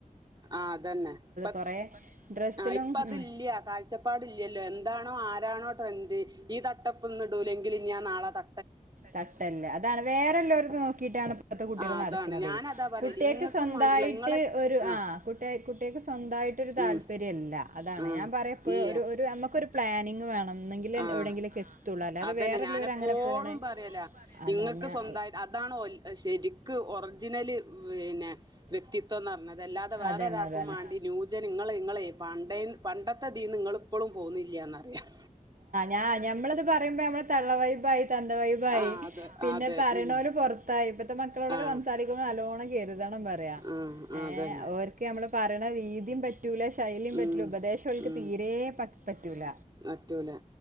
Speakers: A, on the right; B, on the right.
A: ആ അതന്നെ ഇപ്പ
B: കൊറേ ഡ്രസ്സിലും
A: ഇഫ്ലതില്ല്യ
B: ഉം
A: കാഴ്ചപ്പാടില്ലല്ലോ എന്താണോ ആ ണോ ട്രൻഡ് ഈ തട്ടപ്പൊന്ന് ഇടൂലെങ്കിൽ ഞാൻ നാളെ ത
B: തട്ടല്ല അതാണ് വേറെല്ലോർക്കും നോക്കിട്ടാണ് ഇപ്പോത്തെ കുട്ടികള്
A: ആഹ്
B: നടക്കണതേ
A: അതാണ് ഞാനതാ പറയല്
B: കുട്ടിയോക്ക്
A: ഇങ്ങക്കും
B: സ്വന്ത
A: മാണ്ടില്ല
B: ന്തായിട്ട്
A: ഇങ്ങളെ
B: ഒരു
A: ആഹ്
B: ആ കുട്ട കുട്ടിയക്ക് സ്വന്തമായിട്ടൊരു താല്പര്യല്ല
A: ഉം
B: അതാണ്
A: ആഹ്
B: ഞാൻ പറയാപ്പോ
A: ഇല്ല
B: ഒരു ഒരു നമുക്കൊരു പ്ലാനിങ് വേണം ഒന്നിങ്കില്
A: ആഹ്
B: എവിടെങ്കിലുക്കെ എത്തുള്ളൂ അല്ലാതെ
A: അതന്നെ
B: വേറെല്ലവര്
A: ഞാനെപ്പോഴും
B: അങ്ങനെ പോണേ അതാണ്
A: ഇങ്ങക്ക്
B: ഞാൻ
A: സ്വന്തായി അതാണ് ഓൾ ശരിക്കും ഒറിജല് ന്നെ വ്യക്തിത്വ അതല്ലാതെ വേറെ
B: അതന്നെ
A: ഒരാക്കും
B: അതന്നെ
A: മാണ്ടി ന്യൂജ നിങ്ങളെ നിങ്ങളെ പാണ്ഡേൻ പണ്ടത്തെ തീന്ന് നിങ്ങള് ഇപ്പളു പോന്നില്ലാന്നറിയാം
B: ഞാൻ ഞമ്മളത് പറയുമ്പോ നമ്മ തള്ള വൈബായ് ദന്തവൈബായി
A: ആഹ് അതെ
B: പിന്നെ
A: അതെ
B: പറയണോല്
A: ഉം
B: പുറത്തായി ഇപ്പത്തെ മക്കളോടൊക്കെ
A: ആഹ്
B: സംസാരിക്കുമ്പോൾ നല്ലണം <unintelligible> പറയാ
A: ആഹ്
B: ഏ
A: അതന്നെ
B: ഓര്ക് നമ്മള പറിണ രീതിയും പറ്റ പറ്റൂല ശൈല്യ
A: ഉം
B: പറ്റൂലാ ഉപദേശം ഓല്
A: ഉം
B: തീരെ പ പറ്റൂല
A: പറ്റൂല